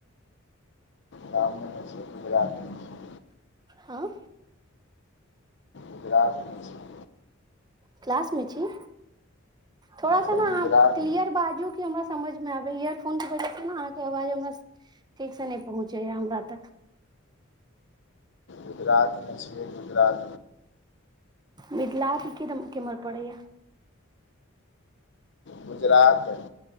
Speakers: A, on the left (about 60°); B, on the right (about 20°).
A: गाम मे नै छी गुजरात मे छी।
B: हँ।
A: गुजरात में छी।
B: क्लास मे छी थोड़ा सा
A: अरे
B: ने आहाँ
A: गुजरात
B: क्लियर बाजू। इ हमरा समझ मे आबेै या इयरफोन के वजह से ने अहाँके आवाज हमरा ठीक से नहि पहुँचेै या हमरा तक।
A: गुजरात मे छियै गुजरात।
B: मिथला के केरम केम्हर पड़ैया।
A: गुजरात।